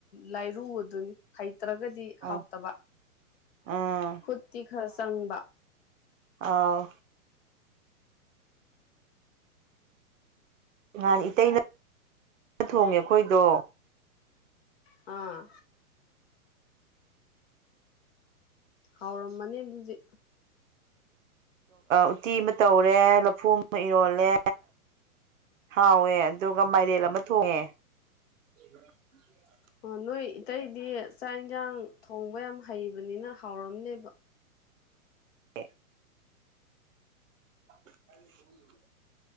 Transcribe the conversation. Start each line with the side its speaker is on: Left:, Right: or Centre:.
Left: ꯂꯥꯏꯔꯨꯑꯗꯨꯅꯤ ꯍꯩꯇ꯭ꯔꯒꯗꯤ ꯍꯥꯎꯇꯕ
Right: ꯎꯝ ꯎꯝ
Left: ꯈꯨꯠꯇꯤ ꯈꯔ ꯆꯪꯕ
Right: ꯑꯥ ꯅꯍꯥꯟ ꯏꯇꯩꯅ ꯊꯣꯡꯉꯦ ꯑꯈꯣꯏꯗꯣ
Left: ꯑꯥ ꯍꯥꯎꯔꯝꯃꯅꯤ ꯑꯗꯨꯗꯤ
Right: ꯎꯠꯇꯤ ꯑꯃ ꯇꯧꯔꯦ ꯂꯐꯨ ꯑꯃ ꯏꯔꯣꯜꯂꯦ ꯍꯥꯎꯋꯦ ꯑꯗꯨꯒ ꯃꯥꯏꯔꯦꯜ ꯑꯃ ꯊꯣꯡꯉꯦ <unintelligible>
Left: ꯑꯣ ꯅꯣꯏ ꯏꯇꯩꯗꯤ ꯆꯥꯛ ꯏꯟꯖꯥꯡ ꯊꯣꯡꯕ ꯌꯥꯝ ꯍꯩꯕꯅꯤꯅ ꯍꯥꯎꯔꯝꯅꯦꯕ
Right: ꯑꯦ <inaudible>